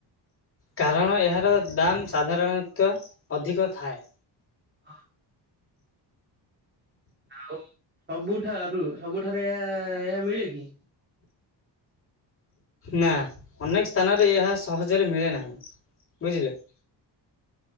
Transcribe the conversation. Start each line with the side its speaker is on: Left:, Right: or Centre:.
Left: କାରଣ ଏହାର ଦାମ୍ ସାଧାରଣତଃ ଅଧିକ ଥାଏ।
Right: <inaudible> ଆଉ ସବୁଠାରୁ ସବୁଠାରେ ଏହା ଏହା ମିଳେ କି
Left: ନା ଅନେକ ସ୍ଥାନରେ ଏହା ସହଜରେ ମିଳେ ନାହିଁ ବୁଝିଲେ। <inaudible>